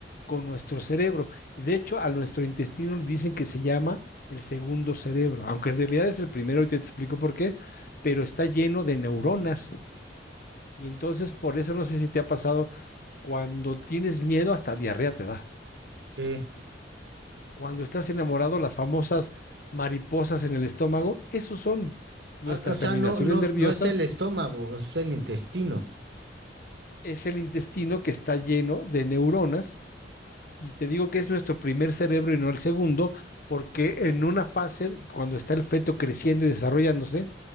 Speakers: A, on the left; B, on the right.
A: con nuestro cerebro. Y de hecho, a nuestro intestino le dicen que se llama el segundo cerebro, aunque en realidad es el primero y te explico por qué, pero está lleno de neuronas. Y entonces, por eso no sé si te ha pasado, cuando tienes miedo, hasta diarrea te da.
B: Sí.
A: Cuando estás enamorado, las famosas mariposas en el estómago, esos son nuestras
B: Ah, o sea,
A: terminaciones
B: no, no,
A: nerviosas,
B: no es el estómago, es el intestino.
A: es el intestino que está lleno de neuronas Y te digo que es nuestro primer cerebro y no el segundo, porque en una fase, cuando está el feto creciendo y desarrollándose,